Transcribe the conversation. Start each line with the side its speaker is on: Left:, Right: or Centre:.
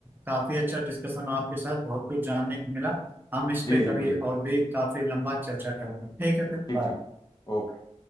Right: काफी अच्छा डिस्कशन आपके साथ बहुत कुछ जानने को मिला हम इस
Left: जी
Right: पे
Left: जी
Right: कभी
Left: मुझे भी
Right: और भी काफी लंबा चर्चा करेंगे ठीक है फिर
Left: ठीक
Right: बाय
Left: ठीक ओके